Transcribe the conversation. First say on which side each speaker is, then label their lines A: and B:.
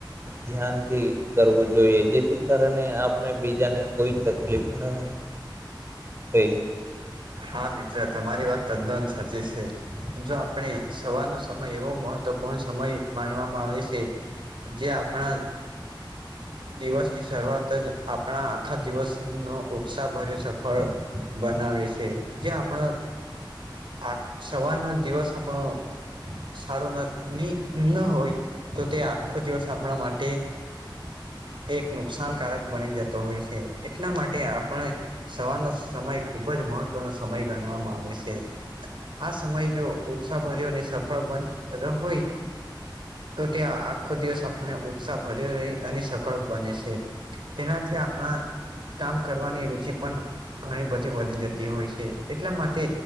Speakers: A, on the right; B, on the right.
A: ધ્યાનથી કરવું જોઈએ જેથી કારણે આપણે બીજાને કોઈ તકલીફ ના તે
B: હા મિત્ર તમારી વાત તદ્દન સાચી છે. જો આપણે સવાર નો સમય એવો મહત્વપૂર્ણ સમય માનવામાં આવે છે. જે આપણા દિવસ ની શરૂઆત જ આપણા આખા દિવસ નો ઉત્સાહ ભર્યો સફળ બનાવે છે જે આપણ આ સવાર નો દિવસ આપણો સારું નો ની હોય. તો તે આખો દિવસ આપણા માટે એક નુકસાનકારક બની જતો હોય છે એટલા માટે આપણે સવારનો સમય ખુબ જ મહત્વનો સમય ગણવામાં આવે છે. આ સમય જો ઉત્સાહ ભર્યો અને સફળ <unintelligible> હોય. તો ત્યાં આખો દિવસ આપને ઉત્સાહ ભર્યો રહી અને સફળ બને છે. તેનાથી આપણા કામ કરવાની રુચિ પણ ઘણી બધી વધી જતી હોય છે એટલા માટે